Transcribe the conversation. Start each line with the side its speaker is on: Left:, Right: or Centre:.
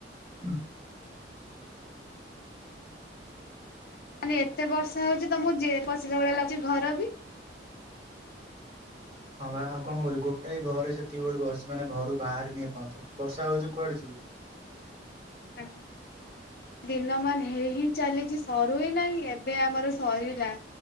Right: ହ
Left: ମାନେ ଏତେ ବର୍ଷା ହଉଚି ତମକୁ ଜେଲରେ ବସିଲା ଭଳିଆ ଲାଗୁଚି ଘର ବି?
Right: ହଁ ବା ଆଉ କଣ କରିବି ଗୋଟାଏ ଘରେ ସେତିକି ବେଳୁ ବସି ମାନେ ଘରୁ ବାହାରିନି ଏ ପର୍ଯ୍ୟନ୍ତ ବର୍ଷା ହଉଚି କୁଆଡେ ଯିବି?
Left: ଆଗ ଦିନ ମାନ ହେଇ ହେଇ ଚାଲିଚି ସରୁ ହିଁ ନାହିଁ ଏବେ ଆମର ସରିଲା।